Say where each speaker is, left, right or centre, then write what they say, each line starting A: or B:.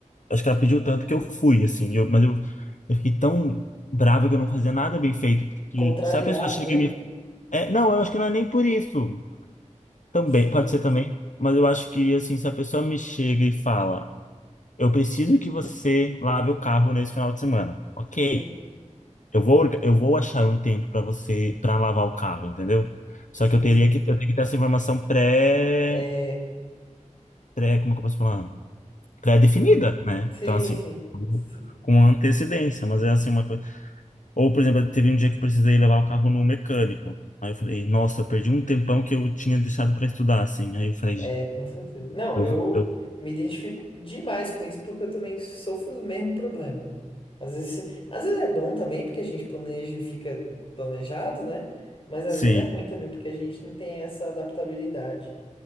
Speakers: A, on the left; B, on the left.
A: acho que ela pediu tanto que eu fui, assim, eu, mas eu, eu fiquei tão bravo que eu não fazia nada bem feito, porque
B: Contrariado,
A: se a pessoa chega
B: né?
A: e me... É, não, eu acho que não é nem por isso. Também,
B: Sim,
A: pode ser também, mas eu acho que, assim, se a pessoa me chega e fala, eu preciso que você lave o carro nesse final de semana. Ok,
B: sim,
A: eu vou, orga- eu vou achar um tempo para você, para lavar o carro, entendeu? Só
B: sim,
A: que eu teria
B: sim.
A: que, eu tenho que ter essa informação pré,
B: É,
A: pré, como que eu posso falar? Pré-definida, né?
B: sim,
A: Então, assim,
B: sim.
A: com antecedência, mas é assim uma coisa. Ou, por exemplo, teve um dia que eu precisei levar o carro no mecânico. Aí eu falei, nossa, eu perdi um tempão que eu tinha deixado para estudar, assim. Aí eu falei,
B: É, com certeza. Não,
A: eu,
B: eu
A: eu,
B: me identifico demais com isso porque eu também sofro do mesmo problema. Às vezes, às vezes é bom também porque a gente planeja e fica planejado, né? Mas às
A: sim.
B: vezes é ruim também porque a gente não tem essa adaptabilidade.